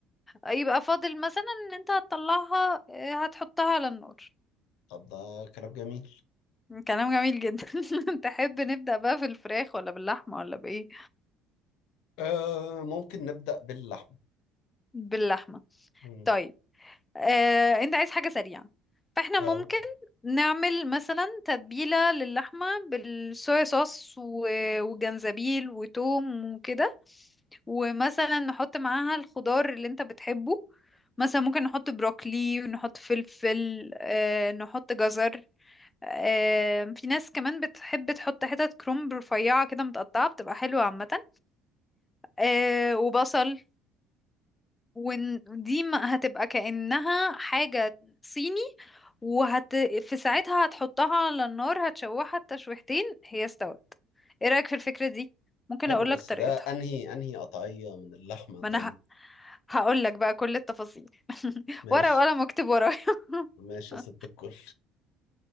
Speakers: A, on the left; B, on the left.
A: يبقى فاضل مثلا ان انت هتطلعها آه، هتحطها على النار
B: طب ده كلام جميل
A: كلام جميل جدا <laughs> تحب نبدأ بقى في الفراخ ولا باللحمة ولا بإيه
B: آه ممكن نبدأ باللحم
A: باللحمة
B: مم.
A: طيب آه، انت عايز حاجة سريعة فاحنا
B: اه
A: ممكن نعمل مثلا تتبيلة للحمة بالصويا صوص و- وجنزبيل وتوم وكده ومثلا نحط معاها الخضار اللي انت بتحبه مثلا ممكن نحط بروكلي ونحط فلفل آه، نحط جزر آه، في ناس كمان بتحب تحط حتت كرنب رفيعة كده متقطعة بتبقى حلوة عامة آه، وبصل ودي ما- هتبقى كأنها حاجة صيني وهت في ساعتها هتحطها على النار هتشوحها التشويحتين هي استوت ايه رأيك في الفكرة دي ممكن
B: حلو
A: اقولك
B: بس
A: طريقتها
B: ده انهي انهي قطعية من اللحمة
A: ما
B: طيب
A: انا هقول لك بقى كل التفاصيل <laughs>
B: ماشي
A: ورقة وقلم اكتب ورايا <laughs>
B: ماشي يا ست الكل